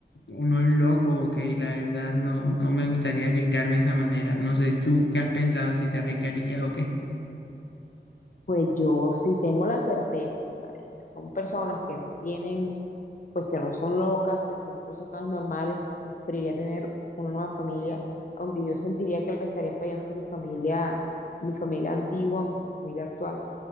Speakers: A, on the left (about 80°); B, on the left (about 50°).
A: uno es loco, ok, la verdad no, no me gustaría arriesgarme de esa manera. No sé, ¿tú qué has pensado si te arriesgarías o qué?
B: Pues yo sí tengo la certeza de que son personas que no tienen, pues que no son locas, que son personas normales, preferiría tener una nueva familia, aunque yo sentiría que le estaría fallando a mi familia, mi familia antigua, a mi familia actual,